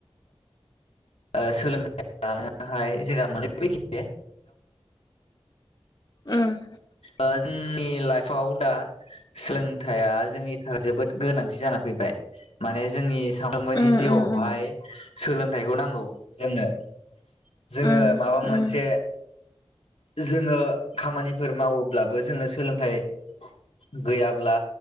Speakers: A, on the left; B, on the left.
A: ओ सोलोंथाइ लानो हायनाय जोंहा मोननैबो एखे
B: ओम
A: ओ जोंनि लाइफआव दा सोलोंथाइया जोंनि थाखाय जोबोद गोनांथि जाना फैबाय। माने जोंनि सामफ्रोमबोनि
B: उम
A: जिउआवहाय
B: उम
A: सोलोंथाइखौ नांगौ जोंनो। जोङो
B: उम
A: माबा मोनसे
B: उम
A: जोङो खामानि फोर मावोब्लाबो जोंनो सोलोंथाइ गैयाब्ला